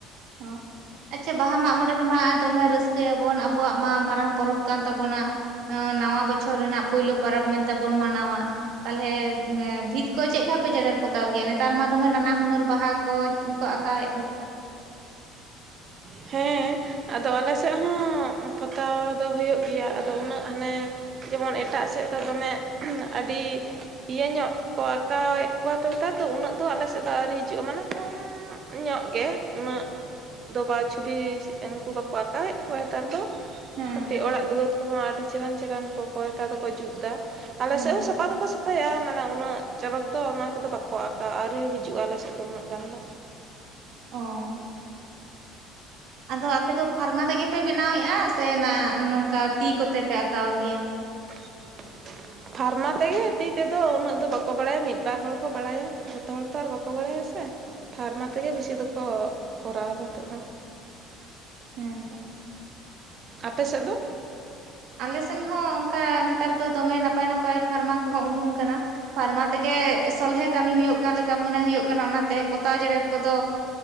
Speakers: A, on the right; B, on the right.
A: ᱚ ᱟᱪᱪᱷᱟ ᱵᱟᱦᱟ ᱢᱟᱜᱢᱚᱬᱮ ᱨᱮᱢᱟ ᱫᱚᱢᱮ ᱨᱟᱹᱥᱠᱟᱹᱭᱟᱵᱚᱱ ᱟᱵᱚᱣᱟᱜ ᱢᱟ ᱢᱟᱨᱟᱝ ᱯᱚᱨᱚᱵᱽ ᱠᱟᱱ ᱛᱟᱵᱚᱱᱟ᱾ ᱱᱚᱣᱟ ᱱᱟᱣᱟ ᱵᱚᱪᱷᱚᱨ ᱨᱮᱱᱟᱜ ᱯᱳᱭᱞᱳ ᱯᱚᱨᱚᱵᱽ ᱢᱮᱱᱛᱮᱵᱚᱱ ᱢᱟᱱᱟᱣᱟ᱾ ᱛᱟᱦᱞᱮ ᱵᱷᱤᱛ ᱠᱚ ᱪᱮᱫ ᱠᱟ ᱯᱮ ᱡᱮᱨᱮᱲ ᱯᱚᱛᱟᱣ ᱜᱮᱭᱟ ᱱᱮᱛᱟᱨ ᱢᱟ ᱫᱚᱢᱮ ᱱᱟᱱᱟ ᱦᱩᱱᱟᱹᱨ ᱵᱟᱦᱟ ᱠᱚ, ᱟᱸᱠᱟᱣᱮᱫ ᱫᱚ
B: ᱦᱮᱸ ᱟᱫᱚ ᱟᱞᱮ ᱥᱮᱫ ᱦᱚᱸ ᱯᱚᱛᱟᱣ ᱫᱚ ᱦᱩᱭᱩᱜ ᱜᱮᱭᱟ ᱟᱫᱚ ᱩᱱᱟᱹᱜ ᱦᱟᱱᱮ ᱡᱮᱢᱚᱱ ᱮᱴᱟᱜ ᱥᱮᱫ ᱫᱚ ᱫᱚᱢᱮ ᱟᱹᱰᱤ ᱤᱭᱟᱹ ᱧᱚᱜ ᱠᱚ ᱟᱸᱠᱟᱣᱮᱫ ᱠᱚᱣᱟ ᱛᱚ ᱱᱮᱛᱟᱨ ᱫᱚ ᱩᱱᱟᱹᱜ ᱫᱚ ᱟᱞᱮ ᱥᱮᱫ ᱫᱚ ᱟᱹᱣᱨᱤ ᱦᱤᱡᱩᱜᱼᱟ ᱢᱟᱱᱮ ᱠᱚᱢ, ᱧᱚᱜ ᱜᱮ ᱩᱱᱟᱹᱜ ᱫᱚ ᱵᱟ ᱪᱷᱚᱵᱤ ᱩᱱᱠᱩ ᱵᱟᱠᱚ ᱟᱸᱠᱟᱣᱮᱫ ᱠᱚᱣᱟ ᱱᱮᱛᱟᱨ ᱫᱚ
A: ᱦᱮᱸ
B: ᱠᱟᱹᱴᱤᱡ ᱚᱲᱟᱜ ᱫᱩᱣᱟᱹᱨ ᱩᱱᱠᱩ ᱢᱟ ᱟᱹᱰᱤ ᱪᱮᱦᱨᱟᱱ ᱪᱮᱦᱨᱟᱱ ᱠᱚ ᱠᱚᱭᱛᱟ ᱫᱚᱠᱚ ᱡᱩᱛ ᱫᱟ ᱟᱞᱮ
A: ᱦᱩᱸ
B: ᱥᱮᱫ ᱦᱚᱸ ᱥᱟ ᱥᱟᱯᱟ ᱫᱚᱠᱚ ᱥᱟᱯᱟᱭᱟ ᱢᱟᱱᱮ ᱩᱱᱟᱹᱜ ᱪᱚᱨᱚᱠ ᱫᱚ ᱚᱱᱟ ᱠᱚᱫᱚ ᱵᱟᱠᱚ ᱟᱸᱠᱟᱣ-ᱟ ᱟᱨᱣᱨᱤ ᱦᱤᱡᱩᱜᱼᱟ ᱟᱞᱮᱥᱮᱫ ᱫᱚ ᱩᱱᱟᱹᱜ ᱜᱟᱱ ᱫᱚ
A: ᱚ ᱟᱫᱚ ᱟᱯᱮ ᱫᱚ ᱯᱷᱟᱨᱢᱟ ᱛᱮᱜᱮ ᱯᱮ ᱵᱮᱱᱟᱣᱮᱫᱼᱟ ᱥᱮ ᱚᱱᱟ ᱱᱚᱝᱠᱟ ᱛᱤ ᱠᱚᱛᱮ ᱯᱮ ᱟᱸᱠᱟᱣ ᱜᱮᱭᱟ
B: <inaudible> ᱯᱷᱟᱨᱢᱟ ᱛᱮᱜᱮ ᱛᱤ ᱛᱮᱫᱚ ᱩᱱᱟᱹᱜ ᱫᱚ ᱵᱟᱠᱚ ᱵᱟᱲᱟᱭᱟ ᱢᱤᱫᱵᱟᱨ ᱦᱚᱲ ᱠᱚ ᱵᱟᱲᱟᱭᱟ ᱡᱚᱛᱚ ᱦᱚᱲ ᱛᱚ ᱟᱨ ᱵᱟᱠᱚ ᱵᱟᱲᱟᱭᱟ ᱥᱮ ᱯᱷᱟᱨᱢᱟ ᱛᱮᱜᱮ ᱵᱤᱥᱤ ᱫᱚᱠᱚ ᱠᱚᱨᱟᱣᱫᱟ ᱦᱤᱛᱚᱜ ᱫᱚ
A: ᱦᱮᱸᱛᱚ
B: ᱟᱯᱮ ᱥᱮᱫ ᱫᱚ?
A: ᱟᱞᱮ ᱥᱮᱱ ᱦᱚᱸ ᱚᱱᱠᱟ ᱱᱮᱛᱟᱨ ᱫᱚ ᱫᱚᱢᱮ ᱱᱟᱯᱟᱭ ᱱᱟᱯᱟᱭ ᱯᱷᱟᱨᱢᱟ ᱠᱚᱦᱚᱸ ᱩᱰᱩᱝ ᱠᱟᱱᱟ ᱯᱷᱟᱨᱢᱟ ᱛᱮᱜᱮ ᱥᱚᱞᱦᱮ ᱠᱟᱹᱢᱤ ᱦᱩᱭᱩᱜ ᱠᱟᱱ ᱞᱮᱠᱟ ᱢᱚᱱᱮ ᱦᱩᱭᱩᱜ ᱠᱟᱱᱟ ᱚᱱᱟᱛᱮ ᱯᱚᱛᱟᱣ ᱡᱮᱲᱮᱨ ᱠᱚᱫᱚ